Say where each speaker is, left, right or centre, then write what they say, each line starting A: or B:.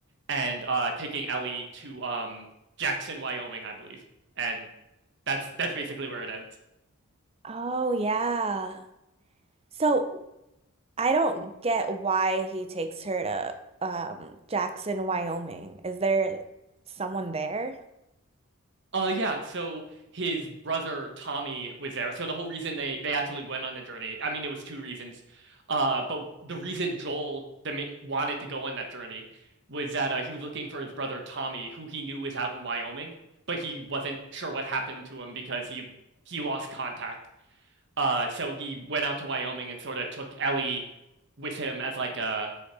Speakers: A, on the right (about 55°); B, on the right (about 25°).
A: and uh, taking Ellie to um, Jackson, Wyoming, I believe, and that's that's basically where it ends.
B: Oh yeah. So I don't get why he takes her to um Jackson, Wyoming. Is there someone there?
A: Uh yeah, so his brother Tommy was there. So the whole reason they they actually went on the journey, I mean, it was two reasons. Uh, but the reason Joel the ma wanted to go on that journey was that uh, he was looking for his brother Tommy, who he knew was out in Wyoming, but he wasn't sure what happened to him because he he lost contact. Uh, so he went out to Wyoming and sort of took Ellie with him as like a